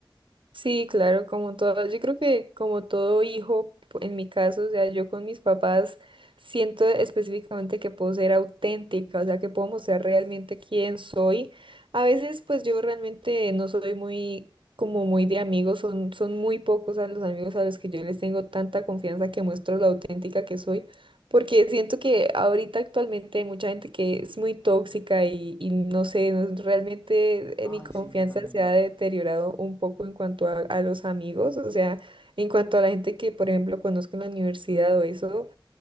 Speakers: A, on the right (about 75°); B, on the left (about 30°).
A: Sí, claro, como todo, yo creo que como todo hijo, pu- en mi caso, o sea, yo con mis papás siento específicamente que puedo ser auténtica, o sea, que puedo mostrar realmente quién soy. A veces, pues yo realmente no soy muy, como muy de amigos, son, son muy pocos a los amigos a los que yo les tengo tanta confianza que muestro lo auténtica que soy. Porque siento que ahorita actualmente hay mucha gente que es muy tóxica y, y no sé, no- realmente
B: Ay,
A: eh, mi confianza
B: sí, totalmente.
A: se ha deteriorado un poco en cuanto a, a los amigos, o sea, en cuanto a la gente que, por ejemplo, conozco en la universidad o eso,